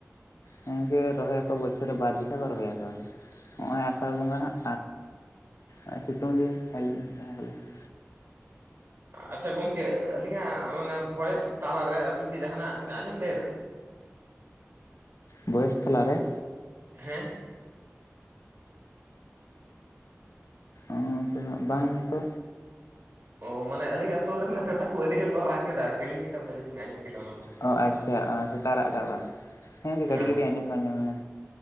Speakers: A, on the left; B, on the right.
A: ᱦᱮᱸ ᱜᱚᱢᱠᱮ ᱨᱚᱦᱚᱭ ᱟᱠᱚ, ᱵᱚᱪᱷᱚᱨ ᱨᱮ ᱵᱟᱨ ᱡᱤᱠᱷᱟ ᱠᱚ ᱨᱚᱦᱚᱭᱟᱠᱚ᱾ ᱦᱚᱜᱼᱚᱭ ᱟᱥᱟᱲ ᱵᱚᱸᱜᱟ ᱦᱟᱸᱜ, ᱟᱨ ᱥᱤᱛᱩᱝ ᱫᱤᱱ ᱟᱞᱤᱧ <unintelligible>
B: ᱟᱪᱪᱷᱟ ᱜᱚᱢᱠᱮ, ᱟᱹᱞᱤᱧᱟᱜ ᱢᱟᱱᱮ ᱵᱷᱚᱭᱮᱥ ᱛᱟᱞᱟᱨᱮ, ᱟᱹᱵᱤᱱ ᱠᱤ ᱡᱟᱦᱟᱱᱟᱜ ᱵᱤᱱ ᱟᱸᱡᱚᱢ ᱞᱟᱹᱭᱮᱫᱟ?
A: ᱵᱷᱚᱭᱮᱥ ᱛᱟᱞᱟᱨᱮ?
B: ᱦᱮᱸ,
A: ᱚ ᱠᱤᱱᱟᱜ ᱵᱟᱝ ᱛᱚ᱾
B: ᱳ ᱢᱟᱱᱮ ᱟᱹᱞᱤᱧᱟᱜ ᱥᱩᱨ ᱨᱮᱱᱟ ᱥᱮᱛᱟ ᱠᱚ, ᱟᱹᱰᱤ ᱡᱳᱨ ᱠᱚ ᱨᱟᱜ ᱠᱮᱫᱟ ᱟᱨᱠᱤ, ᱟᱹᱤᱧ ᱪᱮᱛᱟ ᱯᱟᱪᱮ ᱵᱤᱱ ᱟᱡᱚᱢ ᱠᱮᱫᱟ ᱚᱱᱟ ᱠᱚ᱾
A: ᱚ ᱟᱪᱪᱷᱟ ᱥᱮᱛᱟᱜ ᱨᱟᱫᱟ ᱵᱟ, ᱦᱮᱸᱮ ᱠᱟᱹᱴᱤᱡ
B: ᱦᱮᱸ
A: ᱠᱟᱹᱴᱤᱡ ᱟᱸᱡᱚᱢ ᱫᱚ ᱟᱹᱡᱚᱢ ᱱᱟ᱾